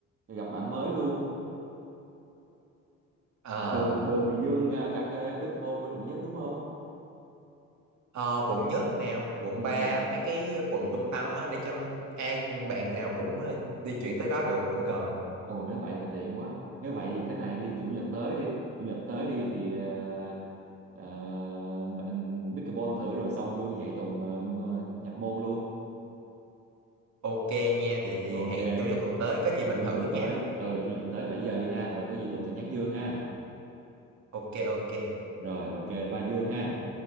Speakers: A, on the right; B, on the right.
A: gặp bạn mới luôn
B: Ờ,
A: thường thường thì Dương à, cà phê Pickleball bên quận nhất đúng không
B: ờ, quận nhất nè quận
A: Ừm,
B: 3, mấy cái quận trung tâm á để cho ai bạn nào cũng ờ, di chuyển tới đó được cũng gần
A: ồ nếu vậy thì tiện quá nếu vậy thì thế này đi chủ nhật tới đi chủ nhật tới đi thì ờ, ờ, mình Pickleball thử rồi xong Dương dạy Tùng ờ, m- nhập môn luôn
B: ok nha vậy thì
A: ok
B: hẹn chủ nhật tuần tới có gì mình
A: chủ nhật
B: thử
A: tuần
B: nha
A: tới ừ chủ nhật tuần tới 7 giờ đi ha rồi có gì Tùng sẽ nhắn Dương ha
B: ok ok
A: Rồi ok, ba Dương ha.